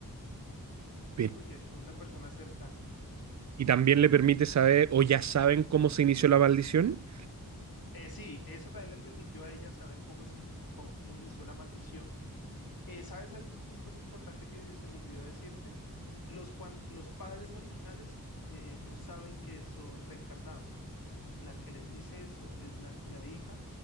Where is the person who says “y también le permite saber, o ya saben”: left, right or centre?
Right